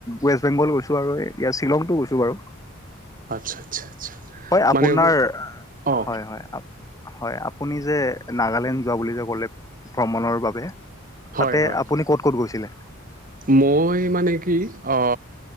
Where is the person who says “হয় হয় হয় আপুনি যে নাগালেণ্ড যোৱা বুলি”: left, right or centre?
Left